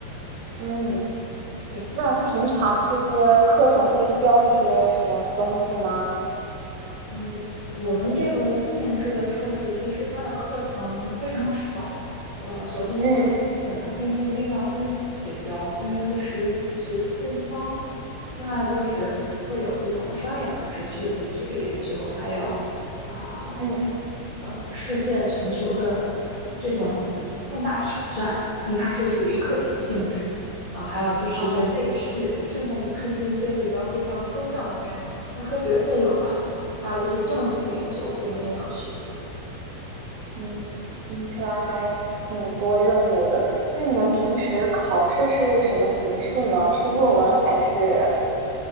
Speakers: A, on the right; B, on the left.
A: 嗯，
B: 对，
A: 那平常这些课程会教一些什么东西吗？
B: 嗯，我们这个一年制的硕士，其实它的课程非常少。呃，首先就是最基本的定性定量分析会教，
A: 嗯
B: 因为它是实一学分析方法。另外就是会有这种商业可持续的这个研究，还有啊
A: 嗯
B: 呃，世界全球的、呃这种重大挑战，因为它是属于课题性质的。啊、还有就是人类世，
A: 啊
B: 剩下的都是一些比较非常抽象的概念，那和哲学也有关系。还有就是政策研究，我们也要学习。
A: 嗯，听起来还挺多任务的。那你们平时考试是什么形式呢？是论文还是？